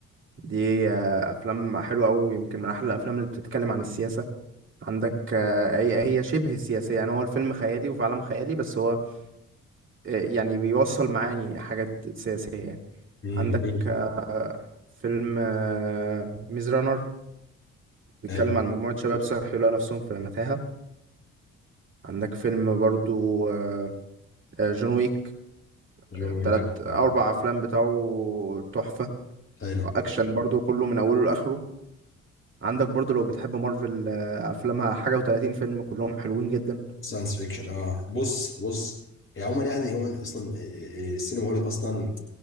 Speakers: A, on the right; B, on the left.
A: دي آه، افلام حلوه قوي يمكن من احلى الافلام اللي بتتكلم عن السياسه عندك آه، هي هي شبه سياسيه يعني هو الفيلم خيالي وفي عالم خيالي بس هو آه، يعني بيوصل معاني حاجات سياسية يعني
B: امم
A: عندك
B: جميل
A: آه، فيلم ميز رانر بيتكلم
B: حلو
A: عن مجموعة شباب صحي لقوا نفسهم في متاهة عندك فيلم برضو آه، آه، جون ويك
B: جون
A: آه،
B: ويك
A: تلات أو
B: عارف.
A: أربع أفلام بتاعه تحفة
B: حلو
A: أكشن برضو كله من أوله لآخره عندك برضو لو بتحب مارفل آه، أفلامها حاجة وتلاتين فيلم كلهم حلوين جدا
B: ساينس فيكشن اه بص بص هي عموما يعني هو اصلا آه، آه، آه، السينما هوليوود اصلا